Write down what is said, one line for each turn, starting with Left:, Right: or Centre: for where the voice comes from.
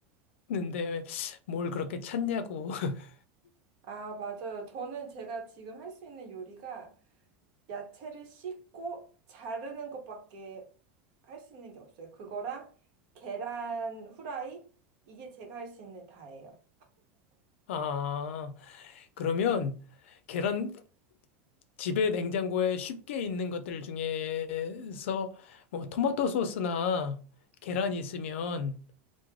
Left: 는데 뭘 그렇게 찾냐고. <laughs>
Right: 아, 맞아요. 저는 제가 지금 할 수 있는 요리가 야채를 씻고 자르는 것밖에 할 수 있는 게 없어요. 그거랑 계란 후라이? 이게 제가 할 수 있는 다예요.
Left: 아. 그러면 계란 집에 냉장고에 쉽게 있는 것들 중에서 뭐 토마토 소스나 계란이 있으면